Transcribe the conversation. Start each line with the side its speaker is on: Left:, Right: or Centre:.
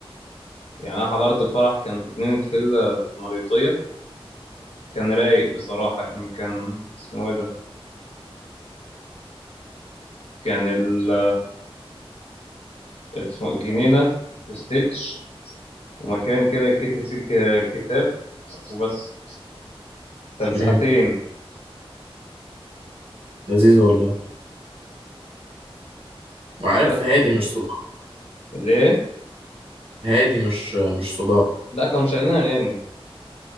Left: يعني انا حضرت فرح كان في جنينه فيلا في المريوطيه كان رايق بصراحة يعني كان اسمه ايه ده كان ال اسمه جنينة وستيدج ومكان كده يتكتب فيه ك- كتاب وبس كان ساعتين
Right: امم لذيذ والله وعارف
Left: بس
Right: هادي مش صداع
Left: ليه؟
Right: هادي مش مش صداع
Left: لا كانوا مشغلين أغاني